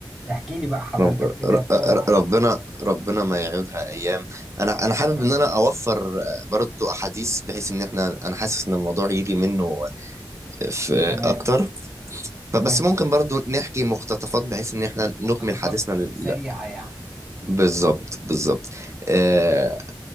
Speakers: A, in the centre; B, on the right (about 35°).
A: احكي لي بقى حضرتك
B: رب... ر-
A: كده بسرعة
B: ر-
A: يعني
B: ربنا ربنا ما يعودها ايام انا انا حابب
A: حبيبي
B: ان انا اوفر آه، برضو احاديث بحيث ان احنا انا حاسس ان الموضوع يجي منه في
A: تمام
B: اكتر
A: تمام
B: فبس ممكن برضو نحكي مقتطفات بحيث ان احنا نكمل
A: مقتطفات
B: حديثنا لل-
A: سريعة
B: لا
A: يعني
B: بالظبط بالظبط آه،